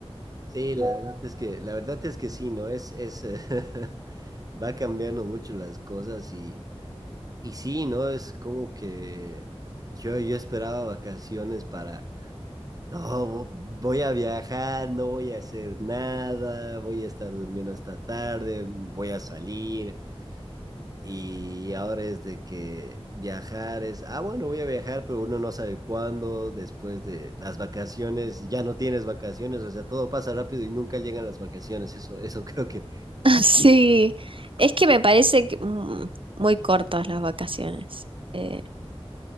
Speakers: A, on the right; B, on the right.
A: Sí, la verdad es que, la verdad es que sí, ¿no? Es, es, eh, <laughs> va cambiando mucho las cosas y Y sí, ¿no? Es como que yo, yo esperaba vacaciones para, no, vo- voy a viajar, no voy a hacer nada, voy a estar durmiendo hasta tarde, mm, voy a salir. Y ahora es de que viajar es, ah, bueno, voy a viajar, pero uno no sabe cuándo, después de las vacaciones, ya no tienes vacaciones, o sea, todo pasa rápido y nunca llegan las vacaciones. Eso, eso <laughs> creo que...
B: <laughs> Sí, es que me parece que, mm, muy cortas las vacaciones. Eh,